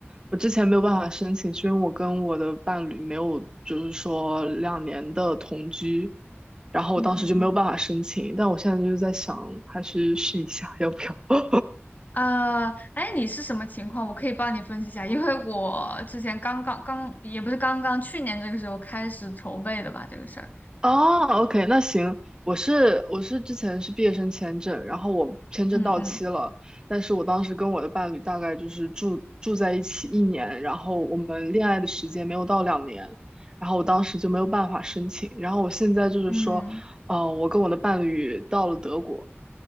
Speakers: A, on the right; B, on the left.
A: 我之前没有办法申请，是因为我跟我的伴侣没有，就是说两年的同居，然后我当时就没有办法申请。
B: 嗯嗯嗯。
A: 但我现在就是在想，还是试一下，要不要？
B: 啊，哎，你是什么情况？我可以帮你分析一下，因为我之前刚刚刚也不是刚刚，去年这个时候开始筹备的吧，这个事儿。
A: 哦，OK，那行，我是我是之前是毕业生签证，然后我签证到期了，
B: 嗯嗯
A: 但是我当时跟我的伴侣大概就是住住在一起一年，然后我们恋爱的时间没有到两年，然后我当时就没有办法申请，然后我现在就是说，
B: 嗯，
A: 呃，我跟我的伴侣到了德国，